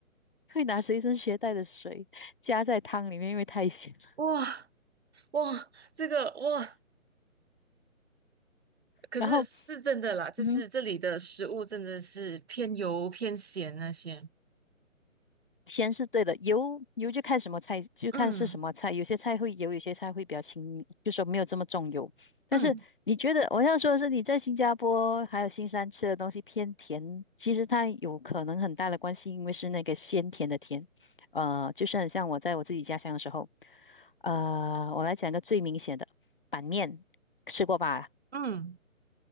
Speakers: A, on the left (about 40°); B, on the right (about 50°).
A: <laughs> 会拿随身携带的水加在汤里面，因为太咸了，
B: 哇哇，这个哇，可是是真的啦，
A: 然后。
B: 就是这里的食物真的是偏油偏咸那些。
A: 嗯，先是对的，油油就看什么菜，就看是什么菜。
B: 嗯
A: 有些菜会油，有些菜会比较轻，就说没有这么重油。但是你觉得我要说的是，
B: 嗯
A: 你在新加坡还有新山吃的东西偏甜，其实它有可能很大的关系，因为是那个鲜甜的甜。呃，就是很像我在我自己家乡的时候，呃，我来讲个最明显的板面，吃过吧？
B: 嗯，